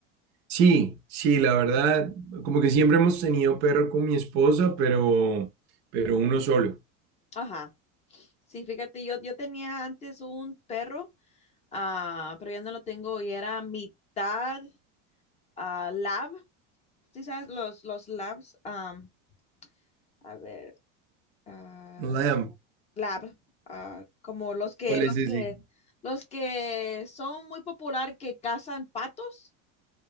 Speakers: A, on the right; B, on the left.
A: Sí, sí, la verdad, como que siempre hemos tenido perro con mi esposa, pero, pero uno solo.
B: Ajá. Sí, fíjate, yo, yo tenía antes un perro, ah, pero ya no lo tengo y era mitad, ah, lab sí sabes, los, los labs, am, a ver, ah,
A: No sabemos.
B: lab, ah, como los que,
A: ¿Cuál
B: los
A: es ese?
B: que, los que son muy popular que cazan patos.